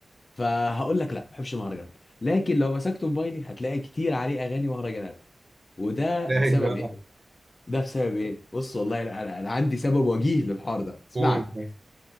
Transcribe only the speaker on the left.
فهقول لك لا ما بحبش المهرجانات لكن لو مسكت موبايلي هتلاقي كتير عليه اغاني مهرجانات وده
بسبب
ايه ده بسبب ايه بص والله انا أنا عندي سبب وجيه للحوار ده اسمعني